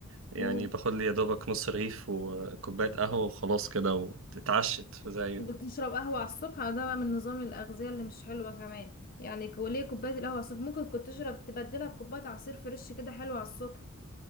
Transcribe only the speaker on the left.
امم
بتشرب قهوة على الصبح آه، ده بقى من نظام الأغذية اللي مش حلوة كمان يعني ك- وليه كوباية القهوة على الصبح ممكن كنت تشرب تبدلها بكوباية عصير فريش كده حلو على الصبح